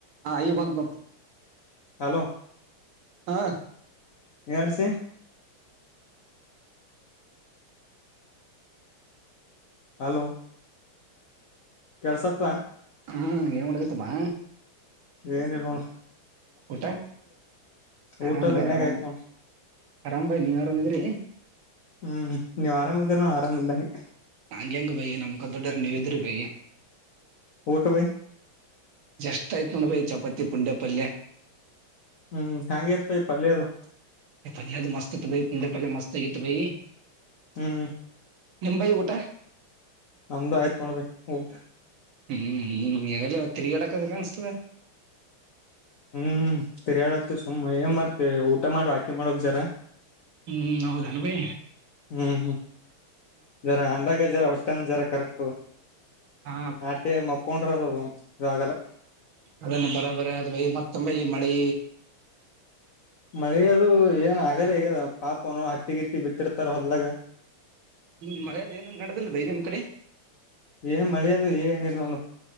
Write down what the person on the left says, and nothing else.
ಹಲೋ
ಯಡ್ಸಿ ಹಲೋ ಕೆಳ್ಸತ್ವಾ
ಏನಿಲ್ಲ ನೋಣ
ಊಟದು
ಮನ್ಯಾಗ
ಆಯ್ತ್ ನೋಡ್
ಹ್ಮ್ ನೀವ್ ಆರಾಮಿದ್ರೆ ನ ಆರಾಮಿದ್ದಂಗೆ
ಊಟ ಬೈ
ಹ್ಮ್ ಹಂಗೆ ಇತ್ ಬೈ ಪಲ್ಯದು
ಹ್ಮ್
ನಮ್ದು ಆಯ್ತು ನೋಡ ಭೈ ಊಟ
ಹ್ಮ್ ತಿರಿಯಾಳತ್ ಸುಮ್ ಏನ್ ಮಾಡ್ತಿವಿ ಊಟ ಮಾಡ ವಾಕಿ ಮಾಡಕ್ ಜರ
ಹ್ಮ್ ಹ್ಮ್ ಜರ ಅಂಡಾಗ ಜರ ಹೊಟ್ಟೆ ಜರ ಕರೆಕ್ಟ್ ಪ್ಪ
ಆಟೆ ಮಕ್ಕೊಂಡ್ರ ಆಾಗಲ್ಲ
ಮಳೆಯದು ಏನ್ ಆಗಲ್ಲ ಹೇದ ಪಾಪನೋ ಹತ್ತಿಗಿತ್ತಿ ಬಿತ್ತಿರ್ತಾರ ಹೊಲ್ದಾಗ
ಏನ್ ಮಳಿಯೋದು ಏಂಗಿಿಲ್ಲ ನೋು